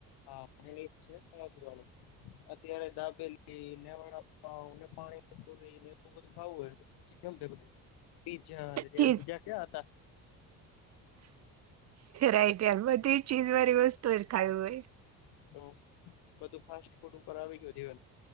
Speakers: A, on the left; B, on the right.
A: હા એ જ છે ખાવા પીવાનું અત્યારે દાબેલી ને વાડાપાવને પાણી પુરીને એવું બધું ખાવું હોય <unintelligible> કેમ કે બધું પીજા ને ત્યારે
B: ચીઝ
A: બીજા ક્યા હતા
B: રાઈટ યાર બધી ચીજ વાળી વસ્તુ ઓ જ ખાઈ હોય
A: તો બધું ફાસ્ટ ફૂડ ઉપર આવી ગયું જીવન